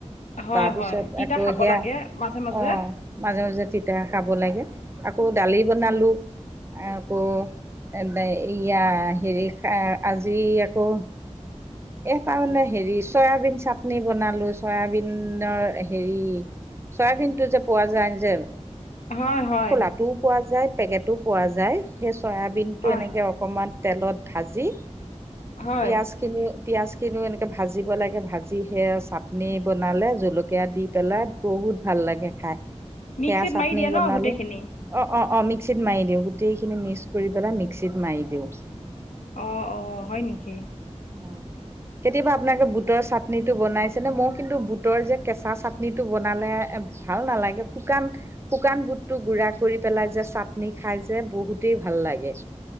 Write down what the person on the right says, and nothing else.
তাৰপিছত
আকৌ
সেয়া
অ মাজে মাজে তি এতিয়া খাব লাগে আকৌ দালি বনালো আকৌ এ ইয়া হেৰি যি আকৌ এ তাৰ মানে হেৰি চয়াবিন চাটনি বনালো চয়াবিনৰ হেৰি চয়াবিন টো যে পোৱা যায় যে,
খোলাটোও পোৱা যায়, পেকেটো পোৱা যায়, সেই চয়াবিন
টো এনেকে অকমান তেলত ভাজি,
পিয়াজ খিনি পিয়াজখিনি এনেকে ভাজিব লাগে, ভাজি সে আৰু চাটনি বনালে জলকীয়া দি পেলাই, বহুত বহুত ভাল লাগে খাই, সেইয়া
চাটনি
বনালে,
অ-অ অ, মিক্সিত মাৰি দিওঁ, গোটেইখিনি মিক্স কৰি পেলাই, মিক্সিত মাৰি দিওঁ।
অ কেতিয়াবা আপোনাক যে বুটৰ চাটনিটো বনাইছে নে? মই কিন্তু বুটৰ যে কেঁচা চাটনিটো বনালে এ-এ ভাল নালাগে, শুকান-শুকান বুটটো গুড়া কৰি পেলাই যে, চাটনি খাই যে, বহুত গোটেই ভাল লাগে।